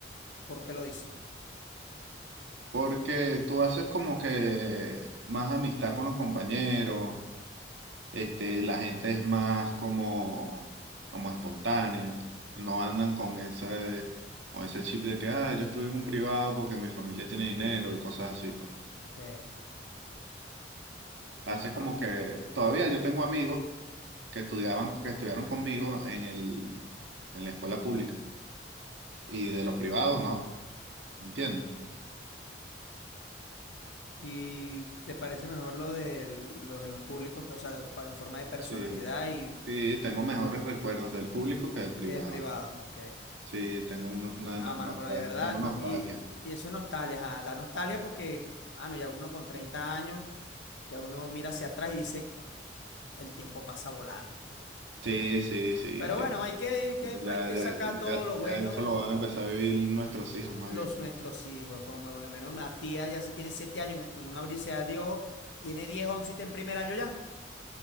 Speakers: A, on the left; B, on the right.
A: ¿Por qué lo dices?
B: Porque tú haces como que más amistad con los compañeros. Este, la gente es más como, como espontánea, no andan con ese, con ese chip de que, ah, yo estuve en un privado porque mi familia tiene dinero y cosas así, pues.
A: Ok,
B: Hace
A: no.
B: como que, todavía yo tengo amigos que estudiaban, que estudiaron conmigo en el, en la escuela pública y de los privados no, ¿entiendes?
A: ¿Y te parece mejor lo de los de los públicos, que, o sea, pa- en forma de personalidad
B: Sí,
A: y
B: sí, tengo mejores recuerdos del público que del privado.
A: que del privado? Ok.
B: Sí, tengo, un- una-
A: No,
B: una-
A: mano,
B: nostal-
A: pero de verdad,
B: tengo
A: no.
B: nostalgia.
A: Y, y eso es nostalgia, ajá, da nostalgia porque, mano, ya uno con 30 años, ya uno mira hacia atrás y dice, el tiempo pasa volando.
B: Sí, sí, sí,
A: Pero
B: el tiempo
A: bueno, hay que, que,
B: Pues Ya,
A: hay que
B: ya,
A: sacar todo
B: ya,
A: lo
B: ya
A: bueno
B: eso
A: de
B: lo
A: lo
B: van
A: que pasa.
B: a empezar a vivir nuestros hijos, más
A: los
B: bien.
A: nuestros hijos, como por lo menos Matías ya se tiene siete años, en, en un abrirse a Dios, tiene 10 11 y está en primer año ya.